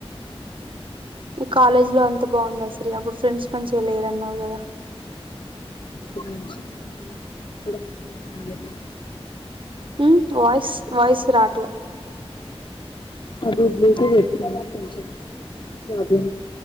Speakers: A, on the right; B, on the left.
A: ఈ కాలేజ్ లో అంత బాగుంది అసర అప్పుడు ఫ్రెండ్స్ మంచిగా లేరున్నావు కదా
B: ఇప్పుడు మంచిగా ఉన్నారు ఇప్పుడంటేపో
A: ఉ వయిస్ వయిస్ రాట్ల
B: అది బ్లూ పెట్తు కొంచం ప్రాబ్ల